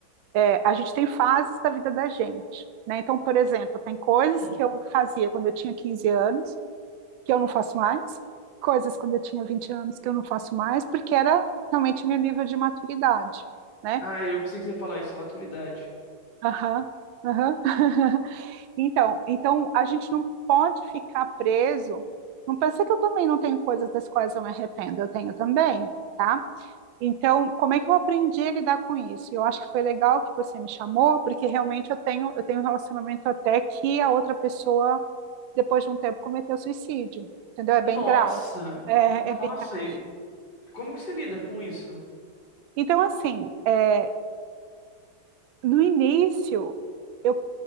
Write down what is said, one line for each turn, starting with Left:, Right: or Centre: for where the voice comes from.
Right: é, a gente tem fases da vida da gente, né? Então, por exemplo, tem coisas
Left: Hum,
Right: que eu fazia quando eu tinha 15 anos, que eu não faço mais, coisas quando eu tinha 20 anos que eu não faço mais, porque era realmente meu nível de maturidade, né?
Left: Ah, eu pensei que você ia falar isso, maturidade.
Right: Aham, aham. <laughs> Então, então a gente não pode ficar preso. Não pensei que eu também não tenho coisas das quais eu me arrependo, eu tenho também, tá? Então, como é que eu aprendi a lidar com isso? Eu acho que foi legal que você me chamou, porque realmente eu tenho, eu tenho um relacionamento até que a outra pessoa, depois de um tempo, cometeu suicídio, entendeu? É bem
Left: Nossa!
Right: grave. É,
Left: Nossa,
Right: é bem grave.
Left: e como que você lida com isso?
Right: Então, assim, é, no início, eu